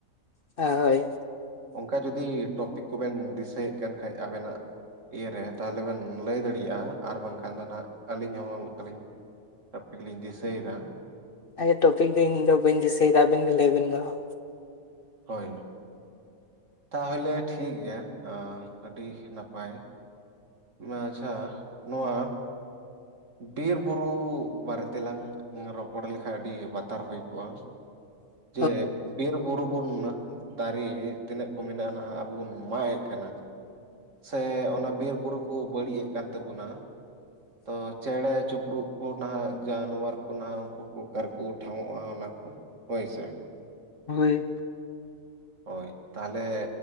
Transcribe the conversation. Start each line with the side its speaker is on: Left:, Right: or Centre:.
Left: ᱦᱮᱸ ᱦᱳᱭ᱾
Right: ᱚᱝᱠᱟ ᱡᱩᱫᱤ ᱴᱚᱯᱤᱠ ᱠᱚᱵᱮᱱ ᱫᱤᱥᱟᱹᱭᱮᱫ ᱠᱟᱱ ᱠᱷᱟᱡ ᱟᱵᱮᱱᱟᱜ ᱤᱭᱟᱹ ᱨᱮ ᱛᱟᱦᱚᱞᱮ ᱵᱮᱱ ᱞᱟᱹᱭ ᱫᱟᱲᱮ <unintelligible> ᱟᱨ ᱵᱟᱝᱠᱷᱟᱱ ᱫᱚ ᱱᱟᱦᱟᱜ ᱟᱹᱞᱤᱧ ᱦᱚᱸ ᱚᱱᱠᱟᱞᱤᱧ ᱴᱚᱯᱤᱠ ᱞᱤᱧ ᱫᱤᱥᱟᱹᱭᱮᱫᱟ ᱦᱟᱸᱜ ᱾
Left: ᱟᱪᱪᱷᱟ ᱴᱚᱯᱤᱠ ᱫᱚ ᱤᱧ ᱫᱚ ᱵᱟᱹᱧ ᱫᱤᱥᱟᱹᱭᱫᱟ ᱟᱵᱮᱱ ᱜᱮ ᱞᱟᱹᱭᱵᱮᱱ ᱢᱟ ᱾
Right: ᱦᱳᱭ, ᱛᱟᱦᱚᱞᱮ ᱴᱷᱤᱠ ᱜᱮᱭᱟ ᱚ ᱟᱹᱰᱤ ᱱᱟᱯᱟᱭ‌ ᱾ ᱟᱪᱪᱷᱟ, ᱱᱚᱣᱟ ᱵᱤᱨ ᱵᱩᱨᱩ ᱵᱟᱨᱮᱛᱮᱞᱟᱝ ᱨᱚᱯᱚᱲ ᱞᱮᱠᱷᱟᱡ ᱟᱹᱰᱤ ᱵᱟᱛᱟᱨ ᱦᱩᱭ ᱠᱚᱜᱼᱟ᱾
Left: <inaudible>
Right: ᱡᱮ ᱵᱤᱨ ᱵᱩᱨᱩ ᱵᱩᱱ ᱫᱟᱨᱮ ᱛᱤᱱᱟᱹᱜ ᱠᱚ ᱢᱮᱱᱟᱜᱼᱟ ᱱᱟᱦᱟᱜ ᱟᱵᱚ ᱵᱚᱱ ᱢᱟᱜ ᱮᱜ ᱠᱟᱱᱟ᱾ ᱥᱮ ᱚᱱᱟ ᱵᱤᱨ ᱵᱩᱨᱩ ᱠᱚ ᱵᱟᱹᱲᱤᱜ ᱮᱜ ᱠᱟᱱ ᱛᱟᱵᱚᱱᱟ, ᱛᱚ ᱪᱮᱬᱮ ᱪᱩᱯᱨᱩᱫ ᱠᱚ ᱱᱟᱦᱟᱜ ᱡᱟᱱᱚᱣᱟᱨ ᱠᱚ ᱱᱟᱦᱟᱜ ᱩᱱᱠᱩ ᱠᱚ ᱚᱠᱟᱨᱮ ᱠᱚ ᱴᱷᱟᱶᱚᱜᱼᱟ ᱚᱱᱟ ᱠᱚ ᱦᱳᱭ ᱥᱮ ᱾
Left: ᱦᱳᱭ᱾
Right: ᱦᱳᱭ, ᱛᱟᱦᱚᱞᱮ